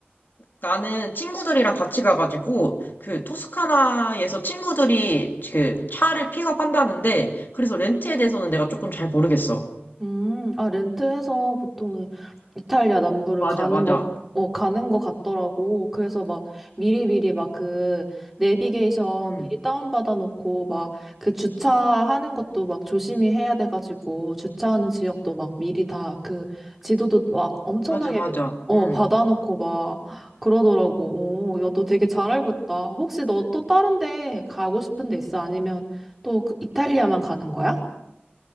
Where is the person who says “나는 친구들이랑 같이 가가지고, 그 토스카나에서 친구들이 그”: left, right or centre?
Left